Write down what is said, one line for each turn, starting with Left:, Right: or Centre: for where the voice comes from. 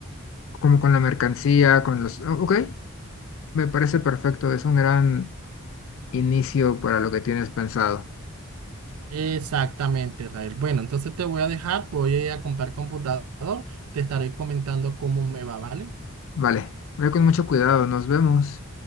Left: como con la mercancía, con los... o- Ok, me parece perfecto, es un gran inicio para lo que tienes pensado.
Right: Exactamente, Israel. Bueno, entonces te voy a dejar, voy a comprar computador, te estaré comentando cómo me va, ¿vale?
Left: Vale, ve con mucho cuidado, nos vemos.